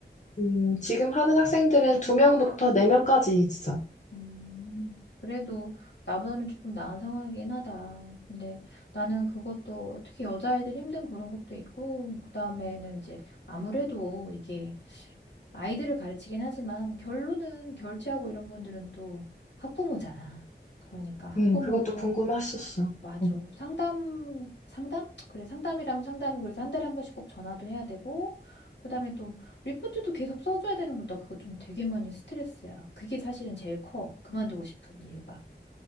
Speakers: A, on the left; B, on the left.
A: 음, 지금 하는 학생들은 두명부터네명까지 있어.
B: 음, 그래도 나보다는 조금 나은 상황이긴 하다. 근데 나는 그것도 특히 여자아이들 힘든 그런 것도 있고, 그 다음에는 이제 아무래도 이게 아이들을 가르치긴 하지만 결론은 결제하고 이런 분들은 또 학부모잖아. 그러니까 학부모
A: 음, 그것도
B: 또
A: 궁금했었어.
B: 맞아.
A: 어.
B: 상담, 상담? 그래, 상담이라면 상담이 그래서 한 달에 한 번씩 꼭 전화도 해야 되고, 그 다음에 또 리포트도 계속 써줘야 되는 거나 그거 좀 되게 많이 스트레스야. 그게 사실은 제일 커. 그만두고 싶은 이유가.